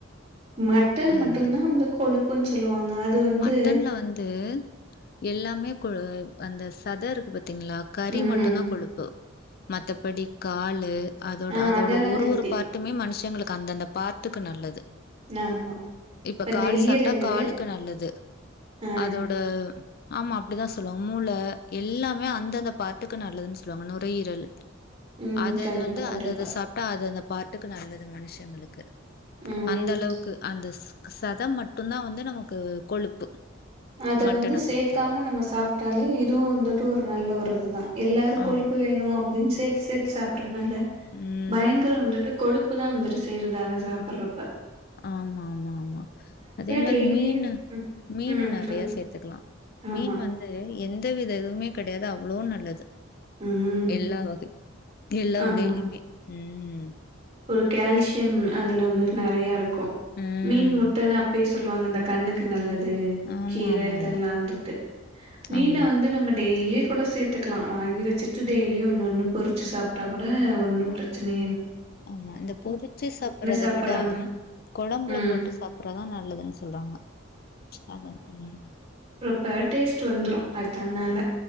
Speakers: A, on the right; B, on the left.
A: மட்டன்
B: அதா
A: மட்டுந்தா
B: அதா
A: வந்து கொழுப்புன்னு சொல்லுவாங்க அது வந்து
B: மட்டன்ல வந்து எல்லாமே கொ அந்த சத இருக்கு பாத்தீங்களா கறி
A: ம்
B: மட்டுந்தா கொழுப்பு மத்தபடி காலு அதோட
A: ஆ
B: அதோட
A: அதெல்லா
B: ஒரு
A: ஹெல்தி
B: ஒரு பார்ட் ட்டுமே மனுஷங்களுக்கு அந்தந்த பார்ட்டுக்கு நல்லது
A: ஆமா
B: இப்ப
A: இந்த
B: கால் சாப்ட்டா
A: ஈரலு
B: காலுக்கு நல்லது
A: ஆ
B: அதோட ஆமா அப்டிதா சொல்லுவாங்க மூளை எல்லாமே அந்தந்த பார்ட்டுக்கு நல்லதுன் சொல்லுவாங்க நுரையீரல்
A: ம்
B: அதது
A: கண்டிப்பா
B: வந்து
A: கண்டிப்பா
B: அததா சாப்ப அது அந்த பார்ட்டுக்கு நல்லது மனுஷங்களுக்கு
A: ம்
B: அந்த அளவுக்கு அந்த சத மட்டுந்தா வந்து நமக்கு கொழுப்பு
A: அது
B: மட்டனை
A: வந்து சேர்க்காம
B: பொறுத்தளவுக்கு
A: நம்ம சாப்ட்டாலே இதுவு வந்துட்டு ஒரு நல்ல ஒரு இதுதா எல்லாரு
B: ஆமா
A: கொழுப்பு வேனு அப்டின் சேத்து சேத்து சாப்றனால
B: உம்
A: பயங்கர வந்துட்டு கொழுப்பு தா வந்துட்டு சேறுது அத சாப்பறப்ப
B: ஆமா ஆமா ஆமா அதே மாரி
A: டெய்லி
B: மீனு
A: ம்
B: மீனு
A: ம்
B: நெறைய
A: சொல்லுங்க
B: சேத்துக்கலா
A: ஆமா
B: மீன் வந்து எந்த வித இதுமே கெடையாது அவ்வளோ நல்லது
A: ம்
B: எல்லா வகை எல்லா
A: ஆமா
B: வகைலயுமே ம்
A: ஒரு கால்சியம் அதுல வந்து நெறைய இருக்கும்
B: ம்
A: மீன் முட்டன்னு அப்பயே சொ இந்த கண்ணுக்கு நல்லது
B: ஆமா
A: கீர
B: ஆமா
A: இதெல்லா
B: ஆமா
A: வந்துட்டு மீன
B: ஆமா
A: வந்து நம்ம டெய்லியு கூட சேத்து த்துக்கலா வாங்கி வச்சுட்டு டெய்லியும் ஒன்னு ஒன்னு பொறிச்சு சாப்ட்டா கூட ஒன்னும்
B: ஆமா
A: பிரச்சனையே
B: ஆமா இந்த பொறுச்சு சாப்பிறத
A: சாப்பட்றாங்க.
B: விட கொழம்புல
A: ம்.
B: போட்டு சாப்றதுதா நல்லதுன் சொல்றாங்க அ உ
A: இப்ப டேஸ்ட்டு வந்துரு அது தன்னால
B: அ